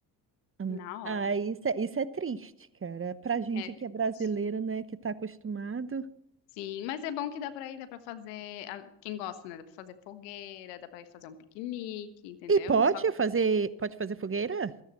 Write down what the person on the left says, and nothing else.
Na
hora.
É triste.
Sim, mas é bom que dá pra ir, dá pra fazer. a- Quem gosta, né? Dá pra fazer fogueira, dá pra ir fazer um piquenique, entendeu?
Só que